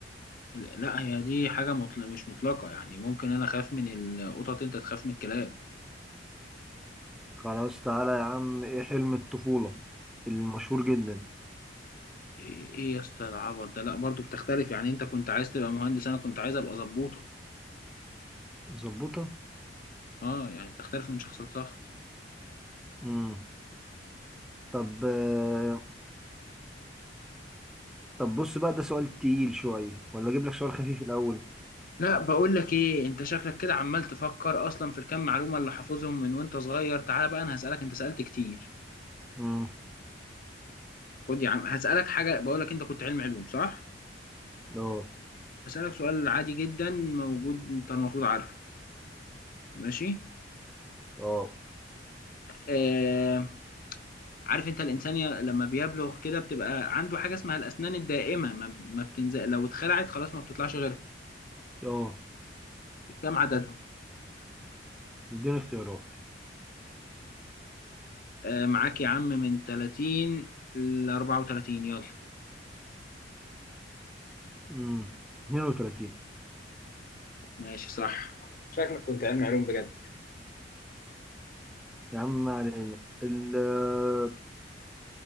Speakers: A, on the left; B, in the centre.
A: لا لا، هي دي حاجه مطلق مش مطلقه يعني ممكن انا اخاف من القطط انت تخاف من الكلاب
B: خلاص تعالى يا عم إيه حلم الطفولة المشهور جدا
A: ايه إيه يا اسطى العبط ده لا برضو بتختلف يعني انت كنت عايز تبقى مهندس انا كنت عايز ابقى ظبوطه
B: ظبطة
A: اه يعني بتختلف من شخص لشخص
B: مم. طب آه، طب بص بقى ده سؤال تقيل شوية ولا أجيب لك سؤال خفيف الأول
A: لا بقول لك ايه انت شكلك كده عمال تفكر اصلا في الكام معلومه اللي حافظهم من وانت صغير تعالى بقى انا هسالك انت سالت كتير
B: مم.
A: خد يا عم هسالك حاجه بقول لك انت كنت علم علوم صح
B: أه
A: هسالك سؤال عادي جدا موجود انت المفروض عارفه ماشي
B: أه
A: آه عارف انت الانسان ي- لما بيبلغ كده بتبقى عنده حاجه اسمها الاسنان الدائمه ما, ما بتنزل لو اتخلعت خلاص ما بتطلعش غيرها
B: أه
A: كم عددهم
B: اديني اختيارات
A: آه معاك يا عم من 30 ل 34 يلا
B: مم. 32
A: ماشي صح شكلك كنت علمي علوم بجد
B: يا عم ما علينا ال- آه،